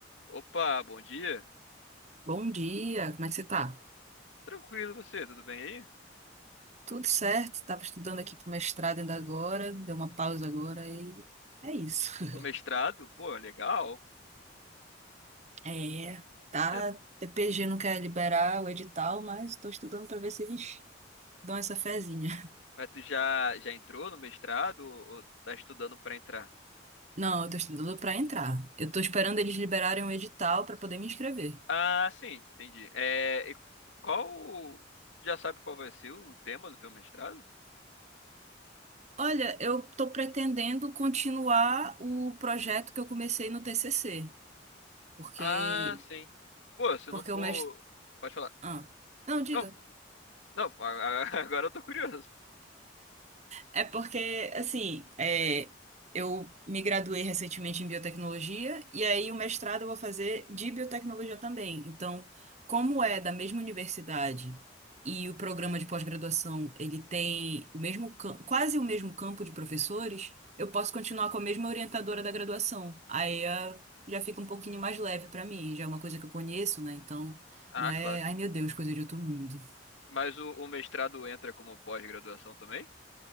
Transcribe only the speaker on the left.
Opa, bom dia.
Tranquilo você, tudo bem aí?
O
mestrado, pô, legal.
Já,
mas tu já, já entrou no mestrado ou ou tá estudando pra entrar?
Ah, sim, entendi. É, e qual, já sabe qual vai ser o tema do teu mestrado?
Ah, sim. Pô, se
não for,
pode falar.
Não, não, a- a- <laughs> agora eu tô curioso.
Ah,
claro.
Mas o, o mestrado entra como pós-graduação também?